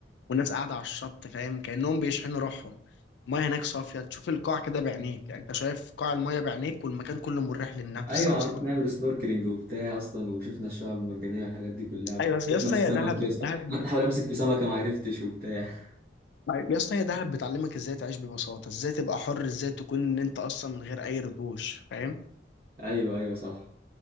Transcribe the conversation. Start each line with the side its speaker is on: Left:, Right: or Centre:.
Left: وناس قاعده على الشط فاهم كانهم بيشحنوا روحهم المايه هناك صافيه تشوف القاع كده بعينيك يعني انت شايف قاع المايه بعينيك والمكان كله مريح للنفس
Right: ايوه
Left: اصلا
Right: عملت نعمل سنوركلينج وبتاع اصلا وشفنا الشعب المرجانيه والحاجات دي كلها
Left: ايوه يا
Right: شفنا
Left: اسطى
Right: السمك
Left: يا دهب
Right: يا اسطى
Left: دهب
Right: قعدت احاول امسك في سمكه ما عرفتش وبتاع <laughs>
Left: أيوة. يا اسطى هي دهب بتعلمك ازاي تعيش ببساطة ازاي تبقى حر ازاي تكون ان انت اصلا من غير اي رتوش فاهم
Right: ايوه ايوه صح